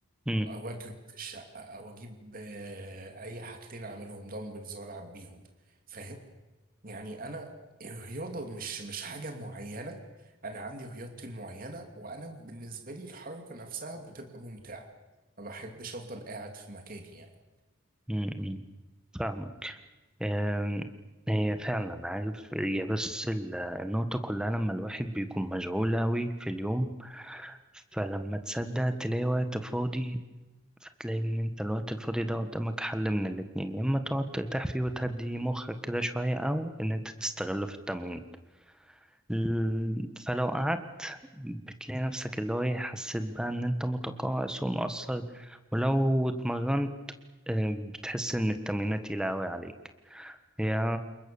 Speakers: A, in the centre; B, on the right.
A: امم
B: او اجري في الشقه او اجيب آه، اي حاجتين اعملهم دمبلز والعب بيهم فاهم يعني انا الرياضه مش مش حاجه معينه انا عندي رياضتي المعينه وانا بالنسبه لي الحركه نفسها بتبقى ممتعه ما بحبش افضل قاعد في مكاني يعني
A: امم أمم. فاهمة أم، هي فعلا عارف هي بس ال- النقطة كلها لما الواحد بيكون مشغول أوي في اليوم فلما تصدق تلاقي وقت فاضي فتلاقي ان انت الوقت الفاضي ده قدامك حل من الاتنين يا اما تقعد ترتاح فيه وتهدي مخك كده شوية او ان انت تستغله في التمرين ال- فلو قعدت بتلاقي نفسك اللي هو ايه حسيت بقى ان انت متقاعس ومقصر ولو اتمرنت آه، بتحس ان التمرينات تقيلة اوي عليك هي